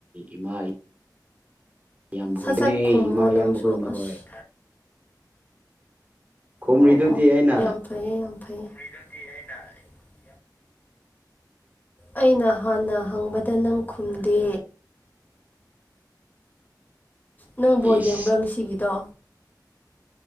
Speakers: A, on the right; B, on the left.
A: ꯏꯃꯥ ꯏ ꯈꯣꯏ
B: ꯁꯠ ꯁꯠ ꯈꯨꯝꯃꯣ
A: ꯏꯃꯥ ꯏꯌꯥꯝ
B: ꯅꯪꯁꯨ
A: ꯈꯣꯏ ꯅꯍꯣꯏ
B: ꯑꯁ
A: ꯈꯨꯝꯔꯤꯗꯨꯗꯤ
B: ꯑꯣ ꯑꯣ
A: ꯑꯩꯅ
B: ꯌꯥꯝ <unintelligible> ꯑꯩꯅ ꯍꯥꯟꯅ ꯍꯪꯕꯗ ꯅꯪ ꯈꯨꯝꯗꯦ ꯅꯪꯕꯣ
A: ꯏꯁ
B: ꯌꯦꯡꯕ꯭ꯔꯥ ꯉꯁꯤꯒꯤꯗꯣ